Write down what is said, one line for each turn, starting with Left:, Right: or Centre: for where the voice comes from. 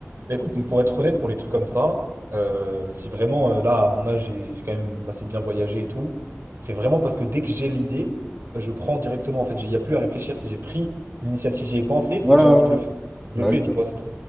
Right: Mais écoute, pour être honnête, pour les trucs comme ça, euh, si vraiment euh, là, à mon âge, j'ai j'ai quand même assez bien voyagé et tout, c'est vraiment parce que dès que j'ai l'idée, je prends directement. En fait, il n'y a plus à réfléchir. Si j'ai pris l'initiative, j'y ai pensé, c'est
Centre: Ouais,
Right: que
Centre: ouais,
Right: j'ai envie de le
Centre: ouais.
Right: faire. Je
Centre: Bah
Right: le fais,
Centre: oui,
Right: tu
Centre: bah
Right: vois,
Centre: oui.
Right: c'est tout.